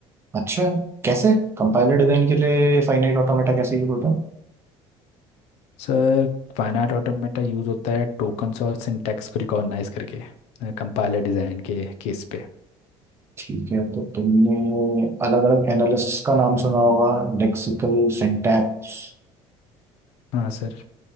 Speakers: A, on the right; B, on the left.
A: अच्छा कैसे कंपाइलर डिजाइन के लिए फाइनाइट ऑटोमेटा कैसे यूज होता है
B: सर फाइनाइट ऑटोमेटा यूज़ होता है टोकन्स और सिंटैक्स को रिकॉग्नाइज करके कंपाइलर डिज़ाइन के केस पे
A: ठीक है तो तुमने अलग अलग एनालिसिस का नाम सुना होगा लेक्सिकल सिंटैक्स
B: हाँ सर